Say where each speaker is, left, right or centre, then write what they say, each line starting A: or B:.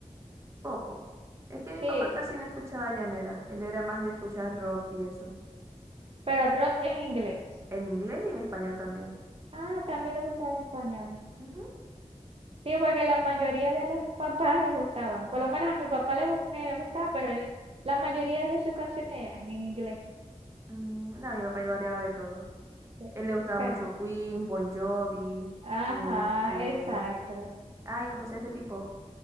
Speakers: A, on the right; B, on the right.
A: Poco. Es que mi
B: Sí,
A: papá casi no escuchaba llanera. Él era más de escuchar rock y eso.
B: pero rock en inglés.
A: En inglés y en español también.
B: Ah, también le gustaba en español.
A: Ujú.
B: Sí, porque la mayoría de los papás le gustaban. Por lo menos a mi papá le, gu- me le gustaba, pero él- la mayoría de sus canciones eran en inglés.
A: Mm, No, mi papá iba variaba de todo.
B: Sí.
A: Él le gustaba
B: Ja.
A: mucho Queen, Bon Jovi,
B: Ajá,
A: este,
B: exacto.
A: ay, ¿cómo se llama este tipo?